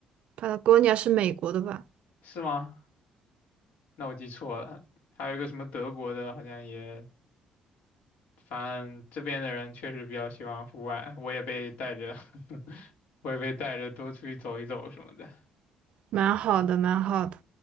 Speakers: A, on the right (about 55°); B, on the left (about 75°).
A: ，Patagonia 是美国的吧？
B: 是吗？那我记错了，还有一个什么德国的，好像也，反正这边的人确实比较喜欢户外，我也被带着，<laughs> 我也被带着多出去走一走什么的。
A: 蛮好的，蛮好的。